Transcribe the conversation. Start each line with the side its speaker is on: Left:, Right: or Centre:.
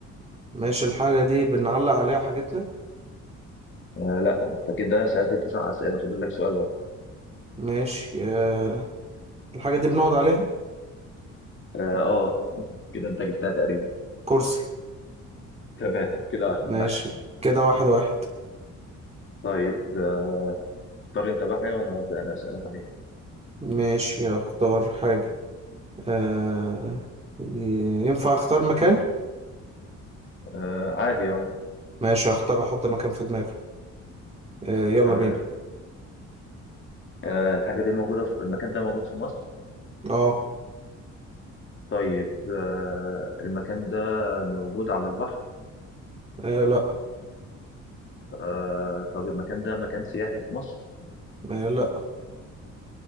Right: ماشي الحاجة دي بنعلق عليها حاجتنا
Left: آه لا انت كده سألت تسع أسئلة فاضل لك سؤال واحد
Right: ماشي آه، الحاجة دي بنقعد عليها
Left: اه آه. <laughs> كده انت جبتها تقريبا
Right: كرسي
Left: تمام كده واحد
Right: ماشي
Left: واحد
Right: كده واحد واحد
Left: طيب آه، اختار انت بقى حاجة وانا هبدأ انا أسألك عليها
Right: ماشي اختار حاجة آه، ي- ينفع اختار مكان
Left: آه عادي اه
Right: ماشي اختار احط مكان في دماغي آه، يلا
Left: تمام
Right: بينا
Left: آه الحاجة دي موجودة في المكان ده موجود في مصر
Right: اه
Left: طيب آه المكان ده موجود على البحر
Right: آه، لا
Left: آه طب المكان ده مكان سياحي في مصر
Right: آه، لا